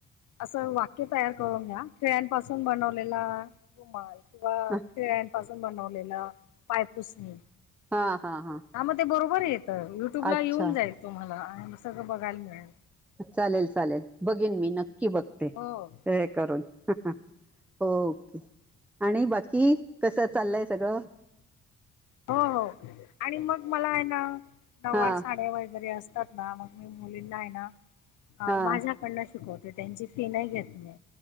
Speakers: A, on the left; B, in the centre.
A: असं वाक्य तयार करून लिहा, खिळ्यांपासून बनवलेला रुमाल. किंवा
B: हा
A: खिळ्यांपासून बनवलेलं पायपुसणी.
B: हा हा हा.
A: आ मग ते बरोबर येतं, युट्यूब ला
B: अच्छा
A: येऊन जाईल तुम्हाला आणि सगळं बघायला मिळेल.
B: चालेल चालेल, बघेन मी नक्की बघते, ते
A: हो
B: हे करून. हो ओके, आणि बाकी कसं चाललंय सगळं?
A: हो हो, आणि मग मला आहे ना नववार
B: हा
A: साड्या वगैरे असतात ना मग मी मुलींना आहे ना
B: हा
A: माझ्याकडनं शिकवते, त्यांची फी नाही घेत मी.